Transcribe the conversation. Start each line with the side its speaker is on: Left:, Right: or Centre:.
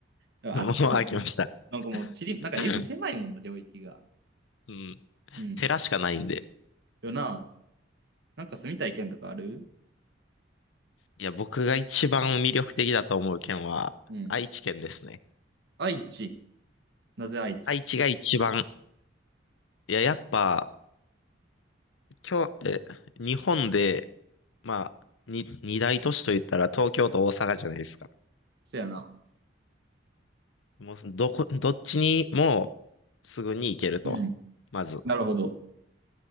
Right: でも暑いし。
Left: もう飽きました。
Right: なんかもう、ちり、
Left: <laughs>
Right: なんか言うと狭いもんな、領域が。
Left: うん。
Right: うん。
Left: 寺しかないんで。
Right: よな。なんか住みたい県とかある
Left: いや、僕が一番魅力的だと思う県は、
Right: うん。
Left: 愛知県ですね。
Right: 愛知。なぜ愛知
Left: 愛知が一番、いや、やっぱ、今日、え、日本で、まあ、に、二大都市といったら東京と大阪じゃないですか。
Right: せやな。
Left: もう、どこ、どっちにもすぐに行けると。
Right: うん。
Left: まず。
Right: なるほど。